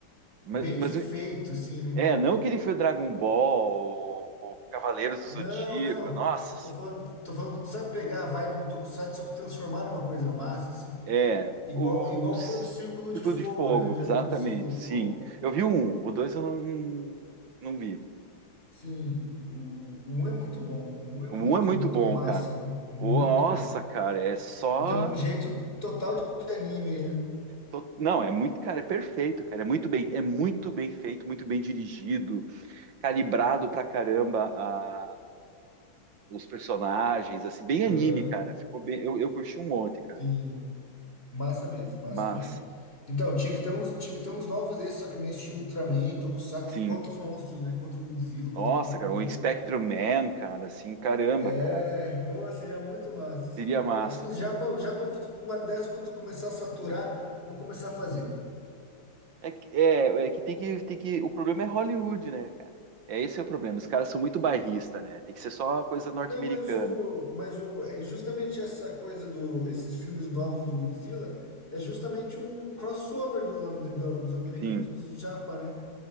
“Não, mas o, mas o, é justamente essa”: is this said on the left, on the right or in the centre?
Left